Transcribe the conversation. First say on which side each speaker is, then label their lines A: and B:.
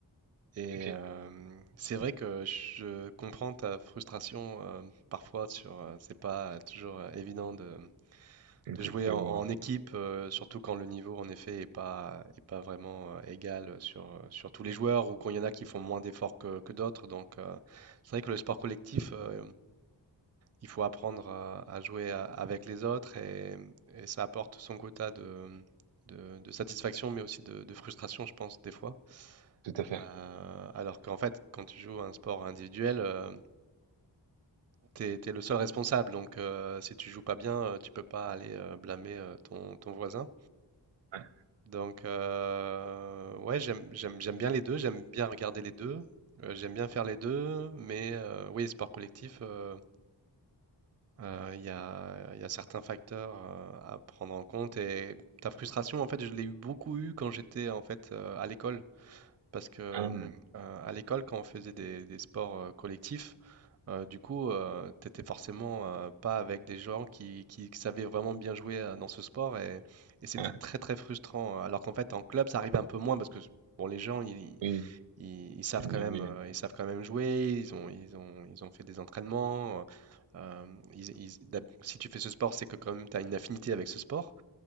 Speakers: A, on the right; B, on the right.
A: Et
B: ok,
A: euh, c'est vrai que je comprends ta frustration euh, parfois sur, euh, c'est pas toujours euh, évident de
B: exactement,
A: de jouer en, en
B: ouais.
A: équipe, euh, surtout quand le niveau en effet est pas, est pas vraiment euh, égal sur, euh, sur tous les joueurs ou quand il y en a qui font moins d'efforts que, que d'autres. Donc euh, c'est vrai que le sport collectif, euh, il faut apprendre à, à jouer a- avec les autres et, et ça apporte son quota de, de, de satisfaction mais aussi de, de frustration, je pense, des fois.
B: tout à fait.
A: Euh, alors qu'en fait, quand tu joues à un sport individuel, euh, t'es, t'es le seul responsable. Donc euh, si tu joues pas bien, euh, tu peux pas aller euh, blâmer euh, ton, ton voisin.
B: Ouais,
A: Donc, euh, ouais, j'aime, j'aime, j'aime bien les deux, j'aime bien regarder les deux, euh, j'aime bien faire les deux, mais euh, oui, sport collectif, euh, euh, il y a, il y a certains facteurs euh, à prendre en compte et ta frustration, en fait, je l'ai eu beaucoup eu quand j'étais en fait euh, à l'école, parce que
B: Ah,
A: euh, à l'école, quand on faisait des, des sports euh, collectifs, euh, du coup, euh, t'étais forcément euh, pas avec des gens qui, qui- savaient vraiment bien jouer euh, dans ce sport et, et c'était
B: ouais,
A: très très frustrant. Alors qu'en fait, en club, ça arrive un peu moins parce que bon, les gens, ils,
B: oui,
A: ils- ils savent
B: le
A: quand
B: niveau,
A: même,
B: il
A: euh,
B: y
A: ils savent quand même jouer. Ils ont, ils ont, ils ont fait des entraînements. euh, euh, ils- ils- d'hab- si tu fais ce sport, c'est que quand même t'as une affinité avec ce sport.